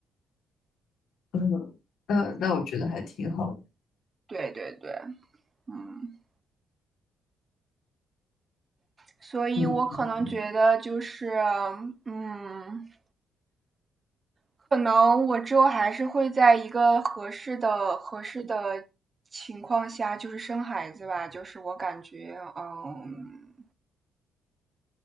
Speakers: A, on the left; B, on the right.
A: 嗯，呃，那我觉得还挺好的。
B: 对对对，嗯，所以我可能觉得就是
A: 嗯。
B: 嗯。可能我之后还是会在一个合适的、合适的情况下，就是生孩子吧。就是我感觉，嗯，